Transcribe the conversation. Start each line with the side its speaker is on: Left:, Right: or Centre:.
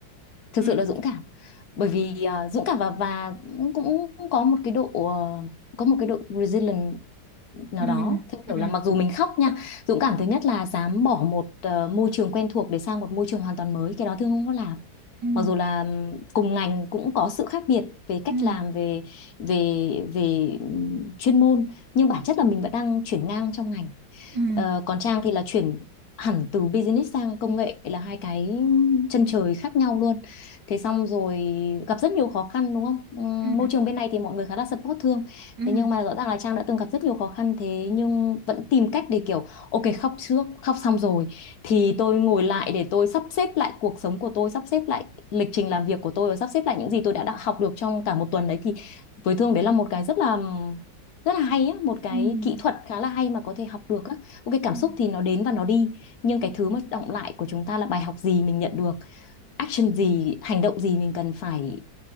Left: thực
Right: Ừ.
Left: sự là dũng cảm. Bởi vì à, dũng cảm và và cũng cũng có một cái độ ờ, có một cái độ resilient nào
Right: ừ
Left: đó theo
Right: ừ
Left: kiểu là mặc dù mình khóc nha, dũng cảm thứ nhất là dám bỏ một ờ, môi trường quen thuộc để sang một môi trường hoàn toàn mới, cái đó Thương không có làm.
Right: ừ
Left: Mặc dù là ừm, cùng ngành cũng có sự khác biệt về cách
Right: ừ
Left: làm về về về ừm, chuyên môn nhưng bản chất là mình vẫn đang chuyển ngang trong ngành
Right: ừ
Left: Ờ, còn Trang thì là chuyển hẳn từ business sang công nghệ là hai cái chân trời khác nhau luôn. Thế xong rồi gặp rất nhiều khó khăn đúng không? Ừm,
Right: ừ
Left: Môi trường bên này thì mọi người khá là support Thương.
Right: ừ
Left: Thế nhưng mà rõ ràng là Trang đã từng gặp rất nhiều khó khăn thế nhưng vẫn tìm cách để kiểu ok khóc trước, khóc xong rồi thì tôi ngồi lại để tôi sắp xếp lại cuộc sống của tôi, sắp xếp lại lịch trình làm việc của tôi và sắp xếp lại những gì tôi đã, đã học được trong cả một tuần đấy thì với Thương đấy là một cái rất là rất là hay á, một cái
Right: ừ ừ
Left: kỹ thuật khá là hay mà có thể học được á. Ok cảm
Right: ừ.
Left: xúc thì nó đến và nó đi nhưng cái thứ mà đọng lại của chúng ta là bài học gì mình nhận được action gì hành động gì mình cần phải